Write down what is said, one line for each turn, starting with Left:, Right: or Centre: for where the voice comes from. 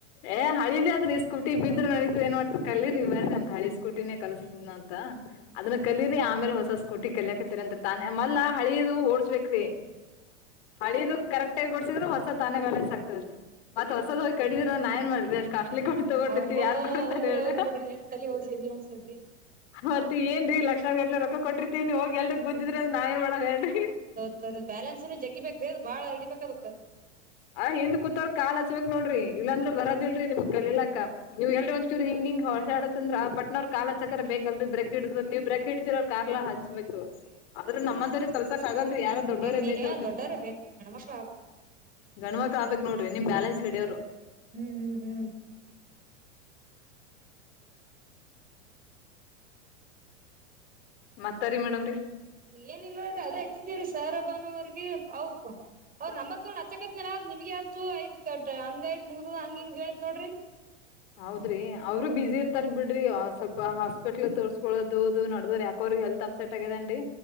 Left: ಏ ಹಳಿದ್ಯಾ ಆದ್ರೀ ಸ್ಕೂಟಿ ಬಿದ್ರ ನಡಿತದ್ ಏನ್ ಮಾಡ್ತದ ಕಲಿರಿ ಬರಿ ನಮ್ ಹಳಿ ಸ್ಕೂಟಿ.. ಸ್ಕೂಟಿನೇ ಕಲಸ್ತೆನಿ ಅಂತ ಅದನ್ನ
Right: ಹೌದ್ರಿ
Left: ಕಲೀರಿ ಆಮೇಲೆ ಹೊಸ. ಸ್ಕೂಟಿ ಕಲ್ಯಕತ್ತರಿ ಅಂತ ತಾನೆ ಮದ್ಲ ಹಳಿಯದು ಓಡ್ಸ್ಬೇಕ್ರೀ ಹಳಿದ ಕರೆಕ್ಟ್. ಟ್ಟೆ ಕೊಡಸಿದ್ರರು ಹೊಸ ತಾನೇ ಬಾಲೆನ್ಸ್ ಆಗ್ತದೀ ಮತ್ ಹೊಸದ ಹೋಗಿಡಿದ್ರೆ ನಾ ಏನ್ ಮಾಡ್ರಿ ಅಷ್ಟ ಕಾಸ್ಟ್ಲಿ ಕೊ. ತೊಗೊಂಡಿತ್ತು
Right: ಅವ್ಬಾ
Left: ಮತ್ತ ಯಾರ್ ಕೊಡ್ತಾರೆ
Right: ಹೌದ್ರಿ
Left: ಹೇಳ
Right: ಹೌದ್ ಬಿಡ್ರಿ ಎಷ್ಟ್ ತಲಿ ಓಡ್ಸಿರಿ ಏನ್ ಸುದ್ದಿ.
Left: ಮತ್ತ
Right: ಹ್ಮ್
Left: ಏನ
Right: ಹ್ಮ್
Left: ರಿ ಲಕ್ಷ. ಎಲ್ಲ ರೊ ಕೊಟ್ಟರ್ತೀವಿ ನೀವು ಹೋಗ ಎಲ್ರರು ಗುದ್ದಿದ್ರೆ ಅ್ರ ನಾವ ಏನ್ ಮಾಡಣ ಹೇಳ್ರಿ.
Right: ಸದ ಬ್ಯಾಲೆನ್ಸ್ನು ಜಗ್ಗಿಬೇಕ ರಿ ಅದು ಬಾಳ ಹಿಡಿಬೇಕ ರಿ ಅದಕ್.
Left: ಆ ಹಿಂದ ಕೂತೋರ ಕಾಲ್ ಹಚ್ಬೇಕಕ್ ನೋಡ್ರಿ ಇಲ್ಲಾಂದ್ರೆ ಬರೋದಿಲ್ರಿ ನಿಮ್ ಕಲ್ಯಕ್. ಹೂ ಎಲ್ರ ಒಂಚೂರು ಹಿಂಗ ಹಿಂಗ ಹೊಲಸಡತ್ತ ಅಂದ್ರ ಪಟ್ನವರ್ ಕಾಲ ಚಕ್ರ ಬೇಕಲ್ ರಿ ಬ್ರೇಕ್ ಹಿಡಿದ ನೀವ. ಬ್ರೇಕ್ ಹಿಡ್ತಿರ ಕಾರ್ಲ್ಲಾ ಹಚ್ಬೇಕು ಆದ್ರೆ ನಮ್ಮಂದ್ರ ಕಲ್ಸಕ್ ಆಗಲ್ರಿ ಯಾರ ದೊಡ್ಡೋರೇ
Right: ಇನ್
Left: ಬೇಕ
Right: ಏ
Left: ಅದಕ.
Right: <unintelligible>
Left: ಗಂಡ ಮಕ್ಳ ಆಗ್ಬೇಕಕ್ ನೋಡ್ರಿ ನಿಮ್ ಬ್ಯಾಲೆನ್ಸ್ ಹಿಡಿಯವ್ರು.
Right: ಹ್ಮ್ ಹ್ಮ್ ಹ್ಮ್.
Left: ಮತ್ತಾರಿ ಮೇಡಮ್ರರಿ.
Right: ಏನ ಇಲ್ಲ ನೋಡ್ರಿ ಅದೇ ಹಚ್ಚಿದ್ವಿ ರಿ ಸರ್ ಬಾನವರ್ಗ ಅವಪ್ಪ. ಅವ್ರ್ ನಂಬತ್ ತೊಂಡ್ ಅಚ್ಚಕತ್ನ್ ನಿಮ್ಗೆ ಆಚ್ಚು ಐ್ತ ಕಟ್ಟ ಹಂಗ ಐತ್ ಮುಗದ ಹಂಗ ಹಿಂಗ ಹೇಳೇತ್ ನೋಡ್ರಿ.
Left: ಹೌದ್ರಿ ಅವರು ಬ್ಯುಸಿ ಇರ್ತ. ಇರ್ತಾ ಬಿಡ್ರಿ ಸ್ವಲ್ಪ ಹಾಸ್ಪಿಟಲ್ ತೋರ್ಸ್ಕೊದು ನಡದ್ರ ಯಾಕ ಅವ್ರ ಹೆಲ್ತ್ ಅಪ್ಸೆಟ್ ಆಗೇದೇನ್ರಿ.